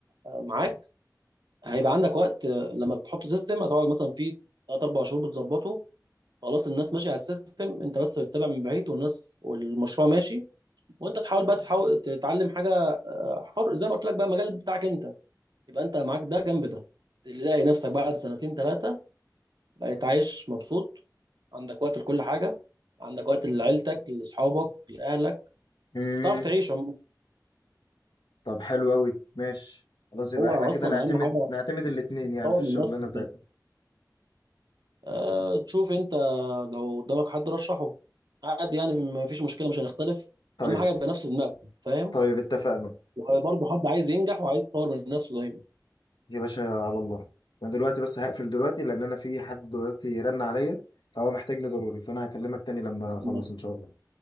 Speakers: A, on the right; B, on the left.
A: آه، معاك هيبقى عندك وقت آه، لما بتحط سيستم هتقعد مثلا فيه ثلاث اربع شهور بتظبطه خلاص الناس ماشيه على السيستم انت بس بتتابع من بعيد والناس والمشروع ماشي وانت تحاول بقى تحاول تتعلم حاجه حر زي ما قلت لك بقى مجال بتاعك انت يبقى انت معاك ده جنب ده تلاقي نفسك بعد سنتين ثلاثه بقيت عايش مبسوط عندك وقت لكل حاجه عندك وقت لعيلتك لاصحابك لاهلك
B: امم
A: بتعرف تعيش عموما
B: طب حلو قوي ماشي خلاص يبقى
A: هو
B: احنا كده
A: اصلا
B: نعتمد
A: اهم حاجه
B: نعتمد الاتنين يعني
A: تطور
B: في الشغلانه
A: من نفسك
B: بتاعتنا
A: أه تشوف انت لو قدامك حد رشحه عادي يعني ما فيش مشكله مش هنختلف
B: طيب
A: اهم حاجه يبقى نفس دماغنا فاهم
B: طيب اتفقنا
A: وبرضه حد عايز ينجح وعايز يطور من نفسه دايما
B: يا باشا على الله انا دلوقتي بس هقفل دلوقتي لان انا في حد دلوقتي رن عليا فهو محتاجني ضروري فانا هكلمك تاني لما اخلص
A: تمام
B: ان شاء الله